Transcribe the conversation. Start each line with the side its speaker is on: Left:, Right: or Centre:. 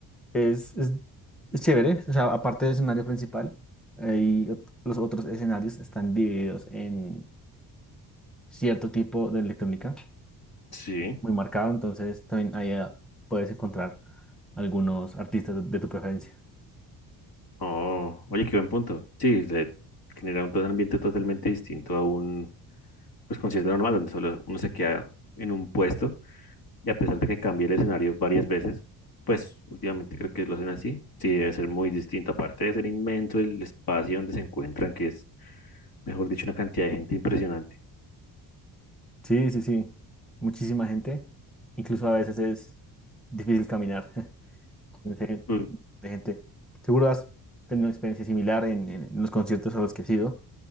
Centre: es, es, es chévere. O sea, aparte del escenario principal, hay ot- los otros escenarios están divididos en cierto tipo de electrónica
Left: Sí.
Centre: muy marcado. Entonces, también ahí ah, puedes encontrar algunos artistas de de tu preferencia.
Left: Oh, oye, qué buen punto. Sí, se genera un, todo un ambiente totalmente distinto a un pues, concierto normal, donde solo uno se queda en un puesto y a pesar de que cambie el escenario varias veces, pues últimamente creo que lo hacen así. Sí, debe ser muy distinto. Aparte de ser inmenso el espacio donde se encuentran, que es, mejor dicho, una cantidad de gente impresionante.
Centre: Sí, sí, sí. Muchísima gente. Incluso a veces es difícil caminar. <laughs> de
Left: Mm,
Centre: gente. Seguro has tenido una experiencia similar en, en- en los conciertos a los que has ido,